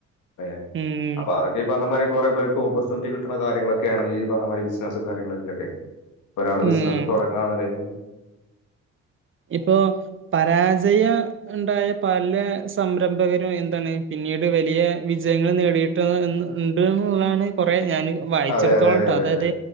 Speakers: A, on the left; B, on the right.
A: ഏ
B: ഉം
A: അപ്പ അഒക്കെ ഈ പർഞ്ഞ മാരി പ്പ കൊറേ പേർക്ക് ഓപ്പർച്യുണിറ്റി കിട്ട്ണ കാര്യങ്ങളൊക്കേണങ്കീ പർഞ്ഞ മാരി ബിസിനസ്സും കാര്യങ്ങളു <unintelligible> ഒരാള് ബിസിനസ്സ്
B: ഉം
A: തൊടങ്ങാ <unintelligible>
B: ഇപ്പോ പരാജയ ണ്ടായ പല സംരംഭകരും എന്തണ് പിൻ ന്നീട് വലിയെ വിജയങ്ങൾ നേടീട്ട് എന്ന് ണ്ട് ന്നുള്ളാണ് കൊറേ ഞാന് പ്പം വായിച്ചെടുത്തോളട്ടോ
A: അതെ അതെ അതെ അതെ
B: അതായത്
A: അതെ